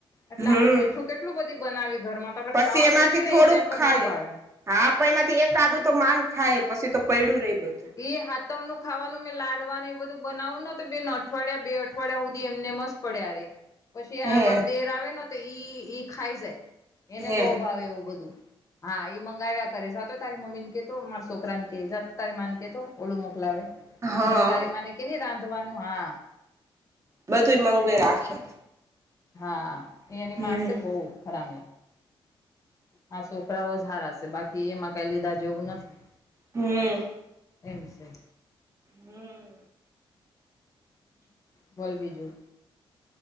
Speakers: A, on the left; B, on the right.
A: એટલે
B: હમ
A: આપડે મીઠું કેટલું બધી બનાવી ઘરમાં તો આપણે
B: પછી
A: ખાવા
B: એમાંથી
A: બેઠવી ને
B: થોડુંક
A: એ ટાઈમ પર
B: ખાય
A: નો ભાવે.
B: હા પ એમાંથી એક આડું તો માન ખાય પછી તો પૈડું રે બધું.
A: એ હાતમનું ખાવાનું મેં લાડવાનું એ બધું બનાવુંને તો બેન અઠવાડિયા બે અઠવાડિયા સુધી એમને મસ્ત- પડ્યા ર પછી આ
B: હે
A: અમારો દેર આવે ને તો ઈ ઈ ખાઈ જાય. એને
B: હે
A: બહુ ભાવે એવું બધું હા એ મંગાવ્યા- કરે જાતો તારી મમીન કે તો માર છોકરાન કે જા તારી માઁ ને કે તો ઓલું મોકલાવે-
B: હા
A: મે તારી માને કે ન રાંધવાનું હા-
B: બધું એ મન્ગવે રાખે.
A: હા એ
B: હમ
A: એની માસે બહુ હરામી. હા છોકરાઓ જ હારા છે બાકી એમાં કઈ લીધા જેવું નથી.
B: હમ.
A: એમ છે.
B: હમ.
A: બોલ બીજું!